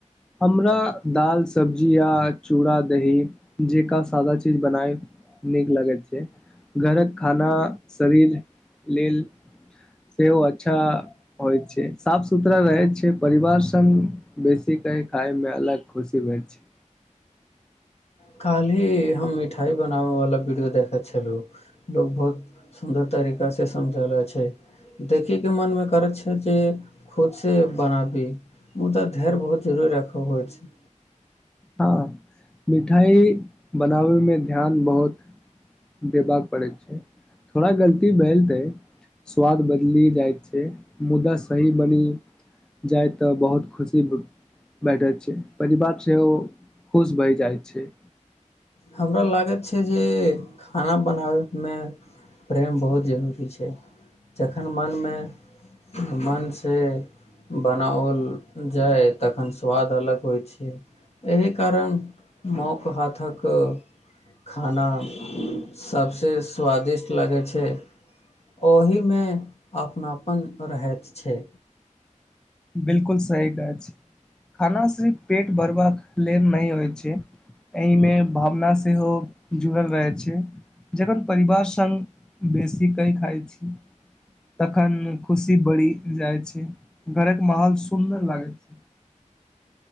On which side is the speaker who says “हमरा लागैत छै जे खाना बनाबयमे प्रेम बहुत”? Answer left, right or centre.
Left